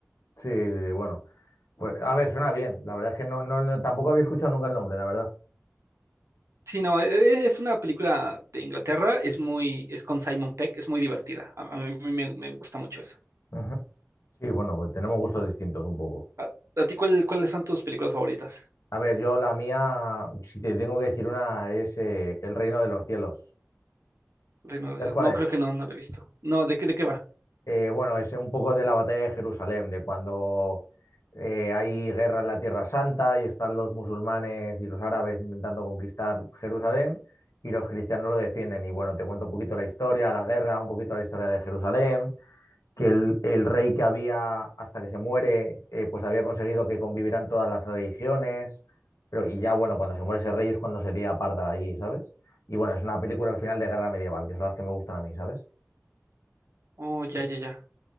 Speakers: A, on the left; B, on the right.
A: Sí, sí, sí, bueno. Pues, a ver, suena bien. La verdad es que no, no, no- tampoco había escuchado nunca el nombre, la verdad.
B: Sí, no, e- e- es una película de Inglaterra, es muy, es con Simon Peck, es muy divertida. A, a mí me, me gusta mucho eso.
A: Ujú. Sí, bueno, pues tenemos gustos distintos un poco.
B: ¿A, a ti cuál- cuáles son tus películas favoritas?
A: A ver, yo la mía, si te tengo que decir una, es eh, El Reino de los Cielos.
B: Reino
A: ¿Sabes
B: de Dios.
A: cuál
B: No, creo
A: es?
B: que no, no lo he visto. No, ¿de qué, de qué va?
A: Eh, bueno, es un poco de la batalla de Jerusalén, de cuando eh, hay guerra en la Tierra Santa y están los musulmanes y los árabes intentando conquistar Jerusalén y los cristianos lo defienden. Y bueno, te cuento un poquito la historia, la guerra, un poquito la historia de Jerusalén. que el, el rey que había hasta que se muere, eh, pues había conseguido que convivieran todas las religiones, pero y ya bueno, cuando se muere ese rey es cuando se lía parda allí, ¿sabes? Y bueno, es una película al final de guerra medieval, que son las que me gustan a mí, ¿sabes?
B: Oh, ya, ya, ya.